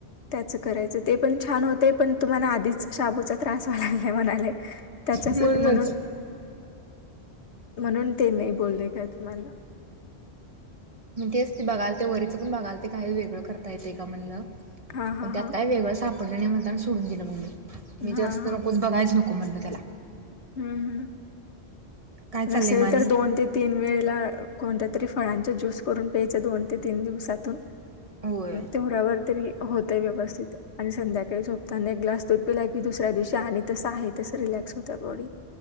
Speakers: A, on the left (about 80°); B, on the right (about 35°).
A: त्याचं करायचं ते पण छान होते पण तुम्हाला आधीच शाबूचा त्रास व्हावा लागलाय म्हणाला. त्याच्यासाठी
B: म्हणूनच
A: म्हणून म्हणून. ते नाही बोलले काय मला.
B: मग तेच ते बघाल ते वरीचं पण बघाल ते काही वेगळं करता येते का म्हणलं.
A: हां हां
B: पण त्यात
A: हां.
B: काय वेगळं साप पडल्याने म्हणता सोडून दिलं ममी. मी
A: हां
B: जास्त नकोच बघाच नको. हो म्हटलं त्याला.
A: हु हु.
B: काय चाललंय
A: नसेल
B: म आणि?
A: तर दोन ते तीन वेळेला कोणत्या तरी फळांचा ज्यूस करून प्यायच दोन ते तीन दिवसातून
B: होय
A: तेवड्यावर तरी. होतेय व्यवस्थित आणि संध्याकाळी झोपताना एक ग्लास दूध पिलाय की दुसऱ्या दिवशी आणि तसं आहे तसं रिलॅक्स होत. त्या बाॅडी